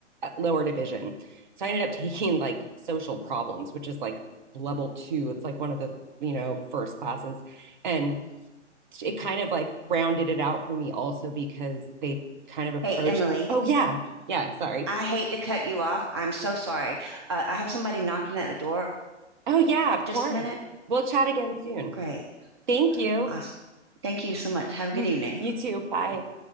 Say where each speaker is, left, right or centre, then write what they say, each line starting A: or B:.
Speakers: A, on the right (about 40°); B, on the right (about 25°).
A: lower division. So I ended up <laughs> taking like social problems, which is like level two. It's like one of the, you know, first classes. And it kind of like rounded it out for me also because they kind of approached,
B: Hey, Emily,
A: oh, yeah, yeah, sorry.
B: I hate to cut you off. I'm so sorry. Uh, I have somebody knocking at the door.
A: Oh, yeah, of
B: Just
A: course.
B: a minute.
A: We'll chat again soon.
B: Great.
A: Thank you.
B: Awesome. Thank you so much. Have a
A: <laughs>
B: good evening.
A: You too. Bye.